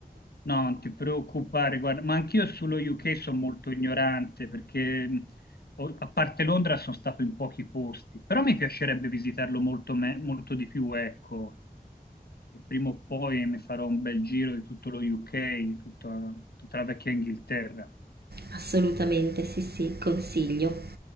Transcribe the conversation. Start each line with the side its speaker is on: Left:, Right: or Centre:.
Left: No, non ti preoccupare, guarda, ma anch'io sullo UK sono molto ignorante perché mh, ho- a parte Londra sono stato in pochi posti, però mi piacerebbe visitarlo molto, me- molto di più, ecco. E prima o poi mi farò un bel giro di tutto lo UK, di tutta tutta la vecchia Inghilterra.
Right: Assolutamente, sì, sì, consiglio.